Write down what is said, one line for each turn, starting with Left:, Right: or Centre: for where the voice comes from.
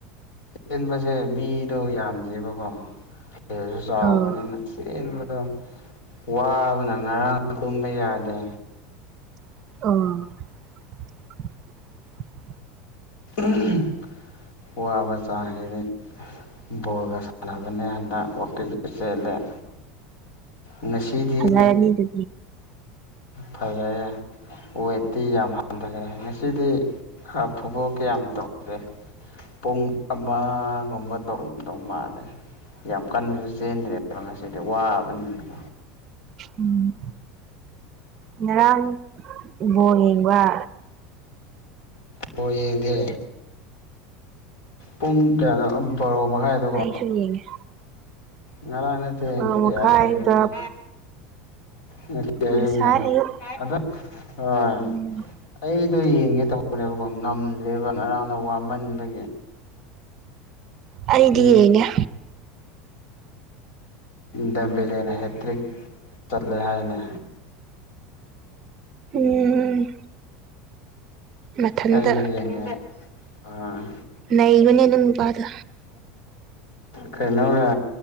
Left: ꯆꯦꯟꯕꯁꯦ ꯃꯤꯗꯣ ꯌꯥꯝꯗꯦꯕꯀꯣ ꯇꯦꯜꯁꯨ
Right: ꯑꯥ
Left: ꯆꯥꯎꯕꯅꯤꯅ ꯆꯦꯟꯕꯗꯣ ꯋꯥꯕꯅ ꯉꯔꯥꯡ ꯇꯨꯝꯕ ꯌꯥꯗꯦ
Right: ꯑꯣ <inaudible>
Left: ꯑꯍꯝ ꯋꯥꯕ ꯆꯥꯡꯁꯤꯗꯤ ꯕꯣꯜꯒ ꯁꯥꯟꯅꯕꯅꯦ ꯗ ꯋꯥꯀꯤꯡꯁꯨ ꯆꯦꯜꯂꯦ ꯉꯁꯤꯗꯤ
Right: ꯐꯖꯥꯔꯅꯤ ꯑꯗꯨ
Left: ꯐꯖꯔꯦ ꯌꯥ ꯋꯦꯠꯇꯤ ꯌꯥꯝ ꯍꯟꯊꯈ꯭ꯔꯦ ꯉꯁꯤꯗꯤ ꯐꯨꯠꯕꯣꯜ ꯀꯌꯥꯝ ꯇꯧꯒꯦ ꯄꯨꯡ ꯑꯃꯒꯨꯝꯕ ꯇꯧꯔꯝꯗꯧ ꯃꯥꯜꯂꯦ ꯌꯥꯝ ꯀꯟꯅꯁꯨ ꯆꯦꯟꯗ꯭ꯔꯦꯕ ꯉꯁꯤꯗꯤ ꯋꯥꯕꯅꯤꯅ ꯀꯣ
Right: ꯎꯝ ꯉꯔꯥꯡ ꯕꯣꯜ ꯌꯦꯡꯕ꯭ꯔꯥ
Left: ꯕꯣꯜ ꯌꯦꯡꯗꯦ ꯄꯨꯡ ꯀꯌꯥꯅꯣ ꯕꯥꯔꯣ ꯃꯈꯥꯏꯗꯀꯣ
Right: ꯑꯩꯁꯨ ꯌꯦꯡꯉꯦ
Left: ꯉꯔꯥꯡ ꯅꯠꯇꯦ
Right: ꯕꯥꯔꯣ
Left: ꯉꯁꯤ
Right: ꯃꯈꯥꯏꯗ
Left: ꯑꯩ ꯑꯌꯨꯛꯅꯦ ꯉꯁꯤ
Right: ꯉꯁꯥꯏ
Left: ꯑꯌꯨꯛꯅꯦ
Right: ꯑꯌꯨꯛ
Left: ꯑꯗ ꯍꯣꯏ
Right: ꯎꯝ
Left: ꯑꯩ ꯑꯗꯨ ꯌꯦꯡꯒꯦ ꯇꯧꯕꯅꯦꯕꯀꯣ ꯉꯝꯗ꯭ꯔꯦꯕ ꯉꯔꯥꯡꯅ ꯋꯥꯃꯟꯕꯒꯤ
Right: ꯑꯩꯗꯤ
Left: ꯌꯦꯡ
Right: ꯌꯦꯡꯉꯦ
Left: ꯗꯦꯝꯕꯦꯂꯦꯅ ꯍꯦꯛꯇ꯭ꯔꯤꯛ ꯆꯠꯂꯦ ꯍꯥꯏꯅꯦ
Right: ꯎꯝ ꯃꯊꯟꯇ
Left: ꯑꯩꯁꯨ ꯌꯦꯡꯒꯦ ꯑꯥ
Right: ꯅꯩꯕꯅꯤ ꯑꯗꯨ ꯅꯨꯄꯥꯗꯨ
Left: ꯀꯩꯅꯣꯒ